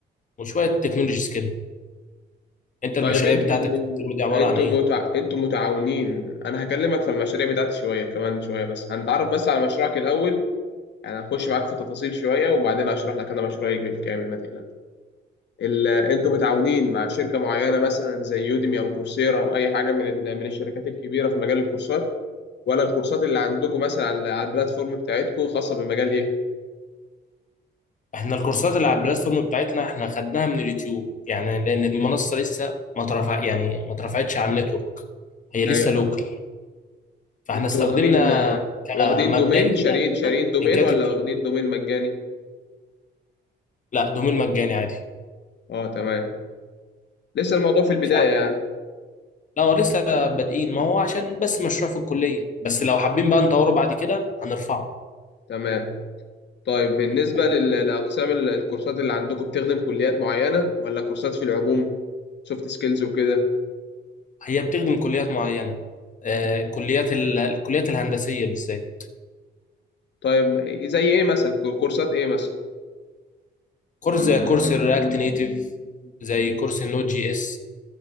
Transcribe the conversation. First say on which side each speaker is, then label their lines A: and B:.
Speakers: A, on the left (about 40°); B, on the left (about 60°).
A: وشويه تكنولوجيز كده انت المشاريع
B: طيب انتوا
A: بتاعتك الترم دي عباره
B: انتوا
A: عن ايه
B: متع... انتوا متعاونين انا هكلمك في المشاريع بتاعتي شويه كمان شويه بس هنتعرف بس على مشروعك الاول يعني هخش معاك في تفاصيل شويه وبعدين اشرح لك انا مشروعي بالكامل ما تقلقش ال- انتوا متعاونين مع شركه معينه مثلا زي يوديمي او كورسيرا او اي حاجه من ال- من الشركات الكبيره في مجال الكورسات ولا الكورسات اللي عندكم مثلا على على البلاتفورم بتاعتكم خاصه بمجال ايه
A: احنا الكورسات اللي على البلاتفورم بتاعتنا احنا خدناها من اليوتيوب يعني لان المنصه لسه ما ترفع يعني ما اترفعتش على النتورك هي لسه
B: ايوه
A: لوكال فاحنا
B: انتوا
A: استخدمنا
B: واخدين آه،
A: كمبدئي
B: واخدين دومين
A: كده
B: شارين شارين دومين
A: لينكات
B: ولا
A: يوتيوب
B: واخدين دومين مجاني
A: لا دومين مجاني عادي
B: اه تمام لسه الموضوع في البدايه
A: فاحنا
B: يعني
A: لا هو لسه بادئين ما هو عشان بس مشروع في الكليه بس لو حابين بقى نطوره بعد كده هنرفعه
B: تمام طيب بالنسبه
A: وكم-
B: لل- لاقسام ال- الكورسات اللي عندكم بتخدم كليات معينه ولا كورسات في العموم سوفت سكيلز وكده
A: هي بتخدم كليات معينه آه، كليات ال- الكليات الهندسيه بالذات
B: طيب زي ايه مثلا كورسات ايه مثلا
A: كورس زي كورس الرياكت نيتيف زي كورس النوت جي اس